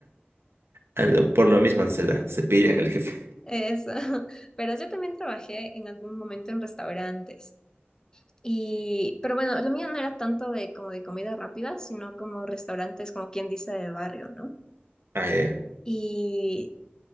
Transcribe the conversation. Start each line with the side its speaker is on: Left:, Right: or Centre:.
Right: A lo- Por lo mismo no se da, se pillan el jefe.
Left: Eso. <laughs> Pero yo también trabajé en algún momento en restaurantes. Y, pero bueno, lo mío no era tanto de como de comida rápida, sino como restaurantes, como quien dice, de barrio, ¿no?
Right: Ay, ay,
Left: Y